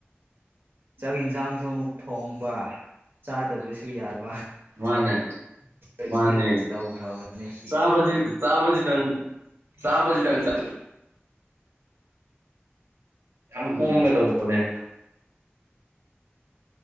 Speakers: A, on the right (about 55°); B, on the right (about 75°).
A: ꯆꯥꯛ ꯌꯦꯟꯁꯥꯡꯁꯨ ꯑꯃꯨꯛ ꯊꯣꯡꯕ ꯆꯥꯗꯕꯁꯨ ꯌꯥꯔ
B: ꯃꯥꯅꯦ
A: ꯑꯦꯛꯁꯄꯤꯔꯤꯌꯦꯟꯁ
B: ꯃꯥꯅꯦ
A: ꯇꯧꯈ꯭ꯔꯕꯅꯦ ꯁꯤꯗꯤ
B: ꯆ ꯆꯥꯇ ꯆꯥꯇ ꯆ ꯌꯥꯝ
A: ꯎꯝ
B: ꯀꯣꯣꯡꯒꯦꯗꯅꯦ